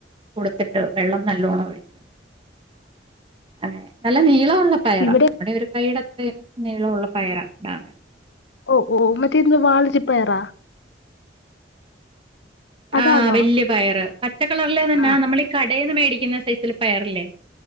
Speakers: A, on the right; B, on the left.
A: കൊടുത്തിട്ട് വെള്ളം നല്ലോണം ഒഴിക്കും അ നല്ല നീളഉള്ള പയറ
B: ഇവിടെ
A: നമ്മുടെ ഒരു കൈയ്യട ഇത്ര നീളമുള്ള പയർ <unintelligible>
B: ഓ ഓ മറ്റേ ഇന്ന് വാളരിപ്പയറ അതാണോ
A: ആഹ് വല്യ പയറ് പച്ചക്കളറിലേ തന്നാ
B: ആ
A: നമ്മൾ ഈ കടയിൽന്ന് മേടിക്ക ക്കുന്ന സൈസില് പയറില്ലേ